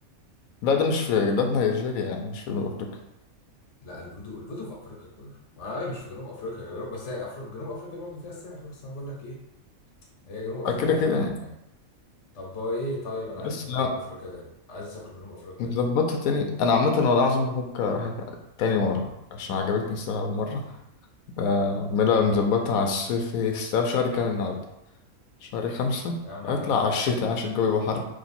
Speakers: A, on the left; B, on the left.
A: لا ده مش في ده في نيجيريا يعني مش في جنوب افريقيا
B: لا الفودو الفودو في افريقيا كله هي مش في جنوب افريقيا جنوب بس هي أفريقيا جنوب افريقيا برضه فيها السحر بس انا بقول لك ايه هي جنوب افريقيا
A: آه، كده كده
B: امانهم
A: يعني
B: يعني طب ايه طيب انا عايز
A: بس
B: اسافر جنوب افريقيا ده عايز اسافر جنوب افريقيا يعني.
A: ظبطها تاني انا عامه والله العظيم بفكر اروح تاني مره عشان عجبتني الصراحه اول مره اعملها نظبطها على الصيف إيه، الساعه شهر كام النهارده شهر خمسة
B: يا عم
A: هطلع
B: احنا في خمسة
A: على الشتاء
B: اهو
A: عشان الجو يبقى حر